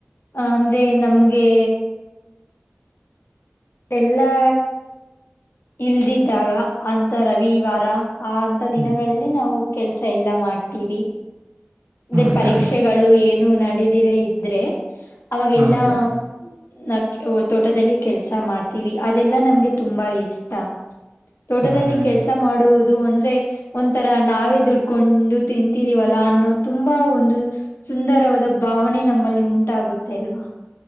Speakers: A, on the left; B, on the right.
A: ಅಂದ್ರೆ ನಮ್ಗೆ ಎಲ್ಲಾ ಇಲ್ದಿದ್ದಾಗ ಅಂತ ರವಿವಾರ ಆ ಅಂತ ದಿನಗಳ
B: ಹ್ಮ್,
A: ಲಿ ನಾ ಕೆಲಸ ಎಲ್ಲ ಮಾಡ್ತವಿ ರೇ
B: ಹೌದೌದು
A: ಪರೀಕ್ಷೆಗಳ ಏನು ನಡೆದಿರ ಇದ್ರೆ ಅವಾಗೆಲ್ಲಾ
B: ಹೌದೌದು
A: ನ ತೋಟದಲ್ಲಿ ಕೆಲ್ಸ ಮಾಡ್ತೀವಿ ಅದೆಲ್ಲಾ ನಮ್ಗೆ ತುಂಬಾ ಇಷ್ಟ. ತೋಟದಲ್ಲಿ
B: ಹೌದೌದು
A: ಕೆಲ್ಸ ಮಾಡು ದು ಅಂದ್ರೆ ಒಂತರ ನಾವೇ ದುಡ್ಕೊಂಡು ತಿಂತಿದೀವಲ್ಲಾ ಅನ್ನೋ ತುಂಬಾ ಒಂದು ಸುಂದರವಾದ ಭಾವನೆ ನಮ್ಮಲ್ಲಿ ಉಂಟಾಗುತ್ತೆ ಅಲ್ವಾ.